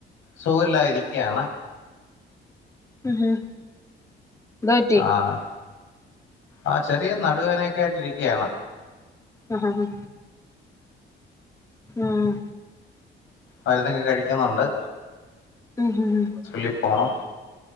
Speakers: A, on the left; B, on the left.
A: സുഖ ഇല്ലാതെ ഇരിക്കയാണ്
B: ഉം ഉം എന്തോ പറ്റി
A: ആഹ്‌ ആ ചെറിയ നടുവേനൊക്കെ ആയിട്ട് ഇരിക്കയാണ്
B: ആഹ് ഹാ ഹാ ആഹ്
A: മരുന്നൊക്കെ കഴിക്കുന്നുണ്ട്
B: ഉം ഉം ഉം
A: ലിപോണം